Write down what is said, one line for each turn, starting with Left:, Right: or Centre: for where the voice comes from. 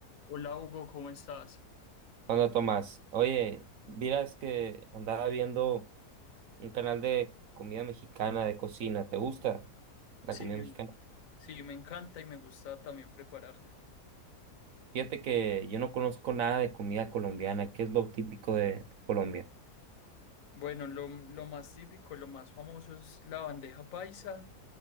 Left: Hola Hugo, ¿cómo estás?
Right: Hola Tomás, oye, miras que andaba viendo un canal de comida mexicana, de cocina, ¿te gusta la
Left: Sí,
Right: comida mexicana?
Left: sí, me encanta y me gusta también prepararla.
Right: Fíjate que yo no conozco nada de comida colombiana, ¿qué es lo típico de, de Colombia?
Left: Bueno, lo, lo más típico, lo más famoso es la bandeja paisa.